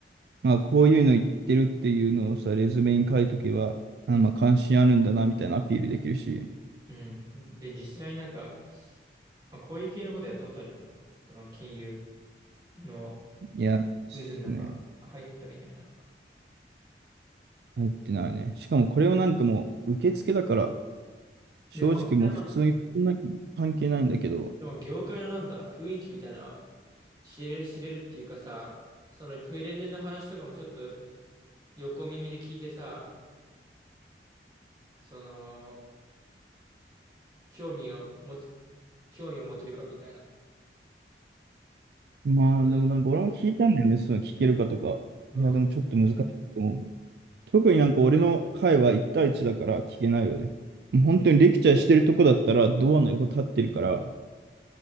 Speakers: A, on the right; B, on the right.
A: まあこういうの言ってるっていうのをさ、レズメに書いとけば、あ、まあ関心あるんだなみたいなアピールできるし、
B: うん。で、実際なんか、まあ、こういう系のことやったことあるよ、でも。その金融の
A: いや、ですね。
B: 渦の中入ったみたいな。
A: 入ってないね。しかもこれをなんかもう受付だから、正直もう普通にそんなに関係ないんだけど、
B: でも、またでも業界のなんだ、雰囲気みたいな、知れる、知れるっていうかさ、そのプレゼンの話とかもちょっと横耳で聞いてさ、その、興味を持つ、興味を持てるかみたいな。
A: まあでもなんか俺も聞いたんだよね、
B: そこで
A: そういうの聞けるかとか。
B: うん。
A: いや、でもちょっと難しいと思う。特になんか俺の会は1対1だから聞けないよね。もう本当にレクチャーしてるとこだったらドアの横立ってるから、